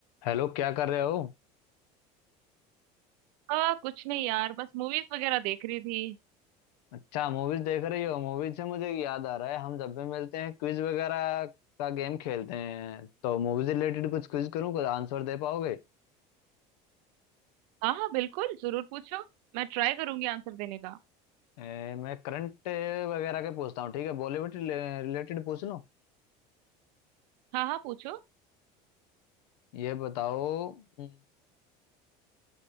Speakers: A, on the left; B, on the right.
A: Hello क्या कर रहे हो
B: आ, कुछ नहीं यार बस मूवीज वगैरह देख रही थी
A: अच्छा मूवीज देख रही हो मूवीज से मुझे याद आ रहा है हम जब भी मिलते हैं क्विज वगैरह का गेम खेलते हैं तो मूवीज रिलेटेड कुछ क्विज करूँ कुछ आंसर दे पाओगे
B: हाँ हाँ बिल्कुल जरूर पूछो मैं ट्राई करूंगी आंसर देने का
A: ए, मैं करंट वगैरह के पूछता हूँ ठीक है बॉलीवुड रिलेटेड पूछ लो
B: हाँ हाँ पूछो
A: ये बताओ हम्म,